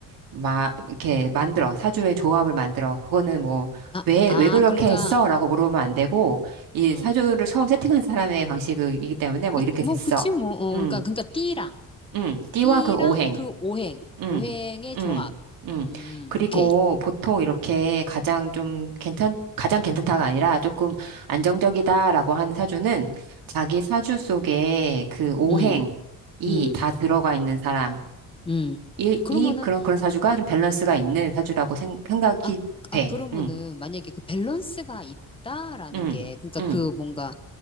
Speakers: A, on the right; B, on the left.
A: 막 이렇게 만들어 사주의 조합을 만들어 그거는 뭐
B: 아,
A: 왜
B: 아,
A: 왜 그렇게
B: 그러니까,
A: 했어라고 물어보면 안 되고 이
B: 어.
A: 사주를 처음 세팅한 사람의 방식이기 때문에 뭐
B: 그,
A: 이렇게 됐어
B: 뭐, 그치, 뭐, 어.
A: 음
B: 그러니까, 그러니까, 띠랑,
A: 음 띠와
B: 띠랑
A: 그 오행
B: 그 오행,
A: 음
B: 오행의
A: 음
B: 조합.
A: 음
B: 음,
A: 그리고
B: 오케이.
A: 보통 이렇게 가장 좀 괜찮 가장 괜찮다가 아니라 조금 안정적이다라고 하는 사주는 자기 사주 속에 그 오행이
B: 음, 음,
A: 다 들어가 있는 사람
B: 음.
A: 이,
B: 그러면은,
A: 이 그런 그런 사주가 좀 밸런스가 있는 사주라고 생, 생각이
B: 아, 아,
A: 돼.
B: 아, 그러면은,
A: 응,
B: 만약에 그 밸런스가 있다라는
A: 응,
B: 게, 그러니까
A: 응,
B: 그 뭔가,